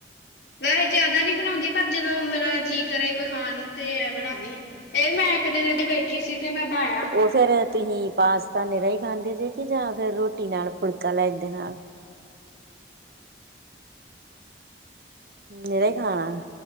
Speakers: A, on the left; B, on the right.
A: ਮੈਂ ਜਿਆਦਾ ਨਹੀਂ ਬਣਾਉਂਦੀ ਪਰ ਜਦੋਂ ਮੇਰਾ ਜੀ ਕਰੇ ਕੋਈ ਖਾਣ ਨੂੰ ਤੇ ਬਣਾਣੀ ਆ ਫੇਰ ਮੈਂ ਇੱਕ ਦਿਨ ਇਹ ਤੇ ਬੈਠੀ ਸੀ। ਤੇ ਮੈਂ ਬਣਾਇਆ
B: ਉਹ ਫੇਰ ਤੁਸੀਂ ਪਾਸਤਾਂ ਨੀਰਾ ਹੀ ਖਾਂਦੇ ਜੇ ਕਿ ਜਾਂ ਫਿਰ ਰੋਟੀ ਨਾਲ ਫੁਲਕਾ ਲੈਂਦੇ ਨਾਲ ਨੀਰਾ ਹੀ ਖਾਣਾ